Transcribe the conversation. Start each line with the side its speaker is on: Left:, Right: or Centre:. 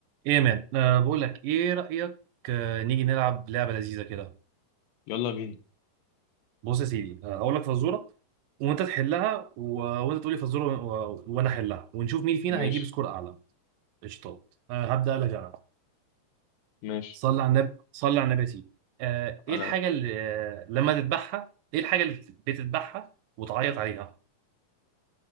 Right: ايه يا مان أه بقول لك ايه رأيك أه نيجي نلعب لعبة لذيذة كده
Left: يلا بينا
Right: بص يا سيدي آه، هقول لك فزورة وانت تحلها و... وانت تقولي فزورة و... وانا احلها ونشوف مين فينا
Left: ماشي
Right: هيجيب سكور اعلى قشطات أه هبدأ لك انا
Left: ماشي
Right: صلي على النبي صلي على النبي يا سيدي أه
Left: على
Right: ايه الحاجة اللي أه لما تذبحها ايه الحاجة اللي بتذبحها وتعيط عليها